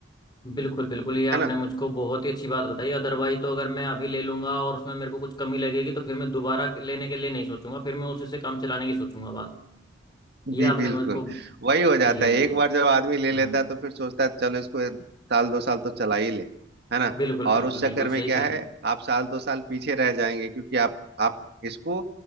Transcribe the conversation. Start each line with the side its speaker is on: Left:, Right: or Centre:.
Left: बिल्कुल बिल्कुल ये आपने
Right: है ना
Left: मुझको बहुत ही अच्छी बात बताई अदरवाइज तो अगर मैं अभी ले लूंगा और उसमें मेरे को कुछ कमी लगेगी तो फिर मैं दोबारा लेने के लिए नहीं सोचूंगा फिर मैं उसी से काम चलाने की सोचूंगा बात ये
Right: जी बिल्कुल
Left: आपने मुझको
Right: वही हो जाता
Left: जी
Right: है
Left: जी
Right: एक बार जब आदमी ले लेता
Left: हम्म
Right: है तो फिर सोचता है चलो इसको एक साल दो साल तो चला ही ले है ना
Left: बिल्कुल बिल्कुल
Right: और उस
Left: बिल्कुल
Right: चक्कर में
Left: सही
Right: क्या
Left: कह रहे
Right: है
Left: हैं
Right: आप साल दो साल पीछे रह जाएंगे क्योंकि आप आप इसको